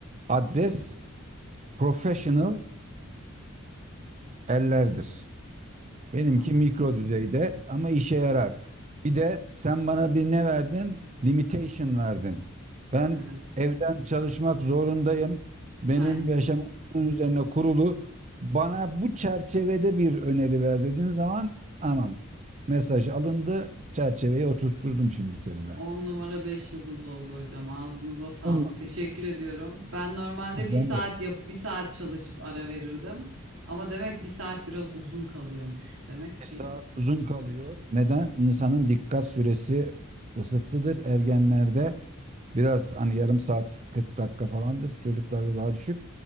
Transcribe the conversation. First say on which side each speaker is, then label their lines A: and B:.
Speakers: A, on the right; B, on the right.
A: adres professional ellerdir. Benimki
B: Tamam.
A: mikro düzeyde ama işe yarar.
B: Günlük.
A: Bir de sen bana bir ne verdin? Limitation verdin. Ben
B: Evet.
A: evden çalışmak zorundayım. Benim
B: Aynen öyle.
A: yaşamım bunun üzerine kurulu. Bana bu çerçevede bir öneri ver dediğin zaman tamam mesaj alındı. Çerçeveye oturtturdum şimdi seni ben.
B: 10 numara 5 yıldız oldu hocam. Ağzınıza sağlık.
A: Bununla,
B: Teşekkür ediyorum. Ben normalde
A: Neden?
B: bir saat yap, bir saat çalışıp ara verirdim. Ama demek bir saat biraz uzun kalıyormuş. Demek
A: Bir
B: ki.
A: saat uzun kalıyor. Neden? İnsanın dikkat süresi kısıtlıdır ergenlerde. Biraz hani yarım saat 40 dakika falandır. Çocuklarda daha düşük.